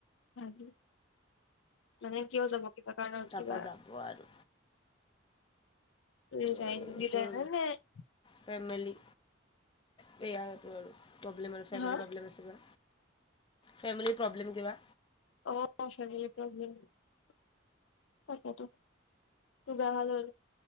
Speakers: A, on the left; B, on the left.
A: <unintelligible> মানে কিয় যাব কিবা কাৰণ
B: তাৰপৰা
A: কিবা
B: যাব আৰু
A: <unintelligible>
B: এই তোৰ ফেমিলি, বেয়া তোৰ। প্ৰব্লেম আৰু ফেমেলি
A: হা
B: প্ৰব্লেম আছে বা ফেমিলি প্ৰব্লেম কিবা?
A: অ, ফেমিলি প্ৰব্লেম। তাকেতো। তোৰ গা ভাল হ'ল?